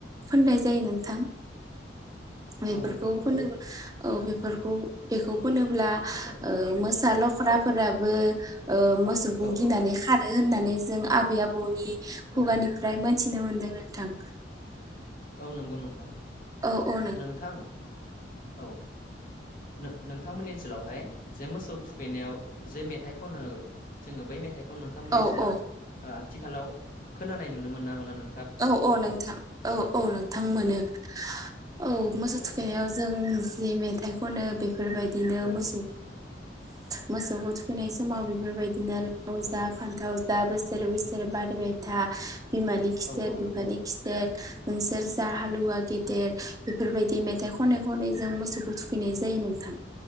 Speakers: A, on the right; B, on the left.
A: फोननाय जायो नोंथां <inaudible> बेफोरखौ
B: औ नंगौ नोंथां
A: फोनोबाऔ बेफोरखौ बेखौ फोनोब्ला
B: औ
A: ओ मो फिसा लख्राफोराबो मोसौखौ
B: औ
A: गिनानै
B: औ
A: खारो होननानै जों आबै आबौनि खुगानिफ्राय
B: औ
A: मोनथिनो मोनदों नोंथां।
B: औ नंगौ नोंथां
A: औ औ
B: नोंथां औ नोंथांमोननि ओनसोलावहाय जे मोसौ थुखैनायाव जे मेथाइ खनो जोङो बै मेथाइ नोंथांमोननि
A: औ
B: ओनसोलाव
A: औ
B: आथिखालाव खोनानाय नुनो मोन ना मोना नों
A: औ औ नोंथां औ औ नोंथां मोनो। औ मोसौ
B: औ
A: थुखैनायाव जों जि मेथाइ खनो बेफोरबायदिनो
B: औ
A: मोसौ मोसौखौ थुखैनाय समाव बेफोरबायदिनो फथाव
B: औ
A: जा फानथाव जा बोसोर बोसोर बारबाय था बिमानि
B: औ
A: गिदेर
B: औ
A: बिबारि
B: नंगौ
A: खिदेर नोंसोर जा हालुवा गेदेर
B: औ
A: बेफोरबायदि मेथाइ खनै खनै जों मोसौखौ थुखैनाय जायो नोंथां।